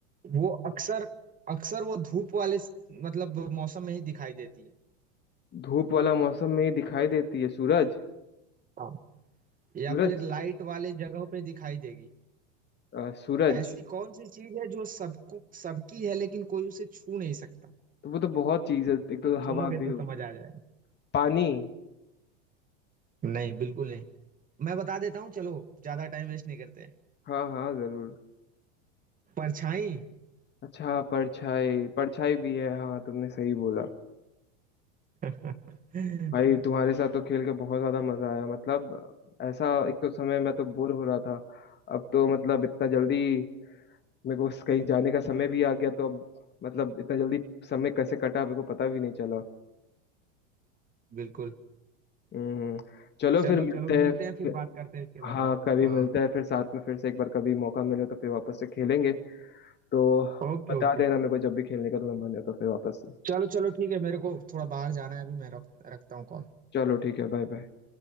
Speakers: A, on the right (about 20°); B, on the left (about 25°).
A: वो अक्सर अक्सर वो धूप वाले स- मतलब मौसम में ही दिखाई देती है
B: धूप वाला मौसम में ही दिखाई देती है सूरज
A: हाँ या
B: सूरज
A: फिर लाइट वाले जगहों पे दिखाई देगी
B: अ, सूरज
A: ऐसी कौन सी चीज है जो सबको सबकी है लेकिन कोई उसे छू नहीं सकता
B: तो वो तो बहुत चीज है एक तो
A: सुनोगे
B: हवा भी
A: तो
B: होगी
A: समझ आ जाएगा
B: पानी
A: नहीं बिल्कुल नहीं मैं बता देता हूँ चलो ज्यादा टाइम वेस्ट नहीं करते हैं
B: हाँ हाँ जरूर
A: परछाई
B: अच्छा परछाई परछाई भी है हाँ तुमने सही बोला
A: <laughs>
B: भाई तुम्हारे साथ तो खेल के बहुत ज्यादा मजा आया मतलब ऐसा एक तो समय मैं तो बोर हो रहा था अब तो मतलब इतना जल्दी मेरे को कहीं जाने का समय भी आ गया तो अब मतलब इतना जल्दी समय कैसे कटा मेरे को पता भी नहीं चला
A: बिल्कुल
B: हम्म चलो
A: चलो
B: फिर मिलते
A: चलो मिलते
B: हैं
A: हैं फिर
B: फिर-
A: बात करते हैं इसके बारे
B: हाँ
A: में
B: कभी
A: हाँ
B: मिलते हैं फिर साथ में फिर से एक बार कभी मौका मिले तो फिर वापस से खेलेंगे तो
A: Okay
B: बता
A: okay
B: देना मेरे को जब भी खेलने का तुम्हें मन है तो फिर वापस से
A: चलो चलो ठीक है मेरे को थोड़ा बाहर जाना है अभी मैं रख, रखता हूँ कॉल
B: चलो ठीक है बाय बाय